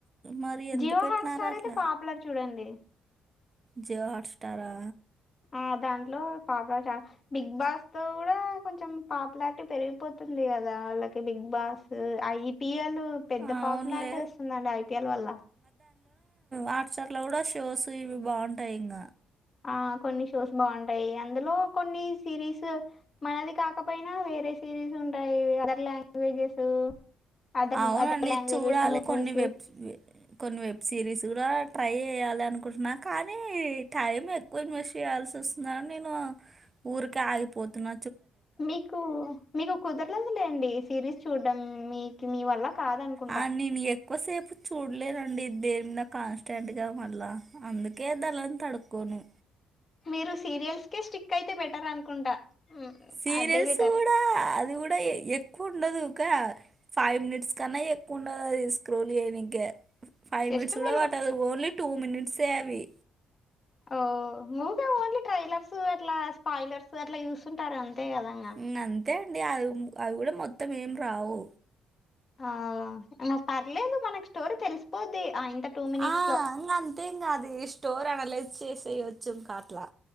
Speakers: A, on the right; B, on the left.
A: మరి ఎందుకు
B: జియో
A: పెట్టినారో
B: హాట్ స్టార్
A: అట్ల
B: అయితే పాపులర్ చూడండి
A: జియో హాట్ స్టారా
B: ఆ దాంట్లో పాపులచా బిగ్ బాస్ తో గుడా కొంచెం పాపులారిటీ పెరిగిపోతు గదా ఆళ్ళకి big boss I P L పెద్ద
A: ఆ,
B: పాపులారిటి
A: అవునులే
B: వస్తుందండి ఐ పి ఎల్ వల్ల
A: హాట్సార్ లో గుడా షోస్ ఇవి బాగుంటాయి ఇంగ
B: ఆ కొన్ని షోస్ బాగుంటాయి అందులో కొన్ని సిరీస్ మనది కాకపోయినా వేరే సిరీస్ ఉంటాయి అదర్ లాంగ్వేజెస్ అదర్
A: అవునండి
B: అదర్ లాంగ్వేజెస్
A: చూడాలి
B: మూవీస్
A: కొన్ని వెబ్ కొన్ని వెబ్ సిరీస్ గుడా ట్రై చేయాలి అనుకుంటున్నా కానీ టైం ఎక్కువ ఇన్వెస్ట్ చెయాల్సి నేను ఊరికే ఆగిపోతున్న
B: మీకు మీకు కుదర్లేదులేండి సిరీస్ చూడ్డం మీక్ మీ వల్ల కాదనుకుంటా
A: ఆ నేను ఎక్కువసేపు చూడ్లేనండి దేనిమింద కాన్స్టెంట్గా మళ్ళా అందుకే ధన్ల తడుక్కోను
B: మీరు సీరియల్స్ కే స్టిక్ అయితే బెటర్ అనుకుంటా ఉమ్,
A: సీరియల్స్
B: అదే బెటర్
A: గుడా అది గుడా ఎ కుండదు కా ఫైవ్ మినిట్స్ కన్నా ఎక్కువుండడది స్క్రోల్ చేయనీకె ఫైవ్
B: జస్ట్
A: మిట్స్ గుడా
B: మీరు
A: వట్టదు ఓన్లీ టూ మినిట్సే అవి
B: ఆ మూగా ఓన్లీ ట్రైలర్స్ అట్లా స్పాయిలర్స్ అట్లా చూస్తుంటారన్ తేగదంగా
A: ఇంక అంతే అండి అవి గూడ మొత్తం ఏం రావు
B: ఆ నా పర్లేదు మనకు స్టోరీ తెలిసిపోద్ది టూ మినిట్స్
A: ఆ
B: లో
A: ఇంగ అంతే ఇంగది స్టోర్ అనలైజ్ చేసేయొచ్చు ఇంకాట్లా